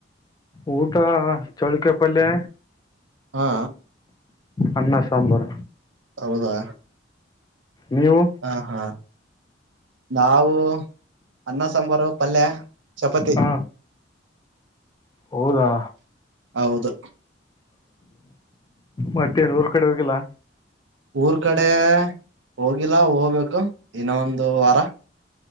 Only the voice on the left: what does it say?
ಊಟ ಚಳಕ ಪ್ಪಲ್ಲೆ
ಅನ್ನ ಸಾಂಬಾರ
ನೀವು
ಹಾ ಹೌದಾ
ಮತ್ತೆನ್ ಊರ್ ಕಡೆ ಹೋಗಿಲ್ಲ